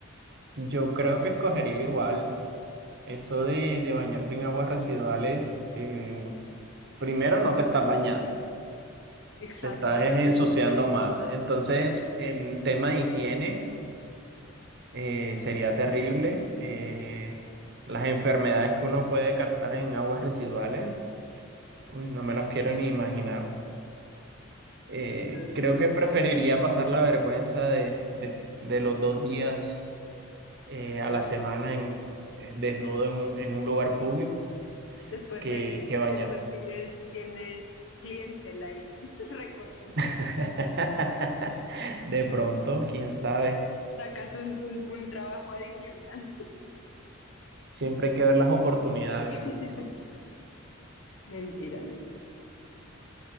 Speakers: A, on the right; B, on the left.
A: Yo creo que escogería igual. Eso de, de bañarse en aguas residuales, eh, primero no te estás bañando,
B: Exacto,
A: te estás
B: te estás
A: es, ensuciando
B: ensuciando
A: más.
B: más.
A: Entonces,
B: <laughs>
A: en tema de higiene, eh, sería terrible. eh, las enfermedades que uno puede captar en aguas residuales, uy, no me las quiero ni imaginar. Eh,
B: Exacto,
A: creo que preferiría pasar la vergüenza de, de- de los dos días eh,
B: a
A: a
B: la
A: la semana
B: semana.
A: en, eh, desnudo en un, en un lugar público
B: Después
A: que,
B: te,
A: que bañarme.
B: después tienes, tienes clientela ahí <laughs> recurrente.
A: <laughs> De pronto, quién sabe.
B: Sacas un, un, un trabajo adicional.
A: Siempre hay que ver las oportunidades.
B: <laughs> Mentira, mentira.